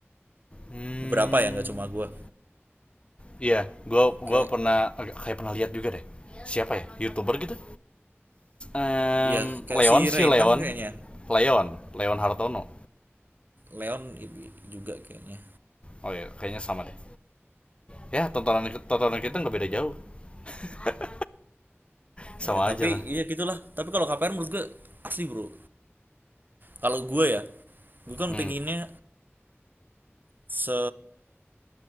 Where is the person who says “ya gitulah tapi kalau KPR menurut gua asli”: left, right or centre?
Right